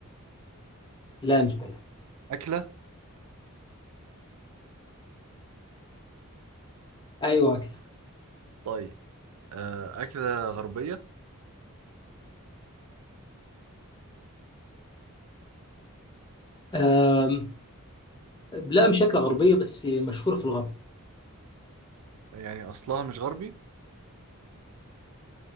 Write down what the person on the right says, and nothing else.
أكلة
طيب آه، أكلة غربية
يعني أصلها مش غربي